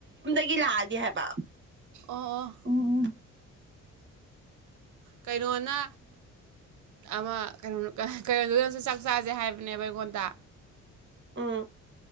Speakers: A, on the right; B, on the right.
A: ꯂꯥꯗꯤ ꯍꯥꯏꯕ
B: ꯑꯣ
A: ꯎꯝ
B: ꯀꯩꯅꯣꯅ ꯑꯃ ꯀꯩꯅꯣ ꯀꯩꯅꯣꯗꯨꯗꯁꯨ ꯆꯥꯛ ꯆꯥꯁꯦ ꯍꯥꯏꯕꯅꯦꯕ ꯑꯩꯉꯣꯟꯗ
A: ꯎꯝ